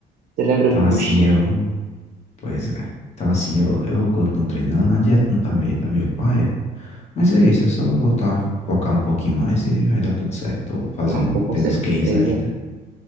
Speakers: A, on the right (about 55°); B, on the left (about 40°).
A: Você lembra
B: Então
A: do buchinho?
B: assim eu. Pois é. Então assim eu, eu continuo treinando, a dieta não tá meio, tá meio paia. Mas é isso, é só voltar a fo- focar um pouquinho mais e vai dar tudo certo. Tô fazendo,
A: Não, pô, com
B: tendo
A: certeza.
B: os gains ainda.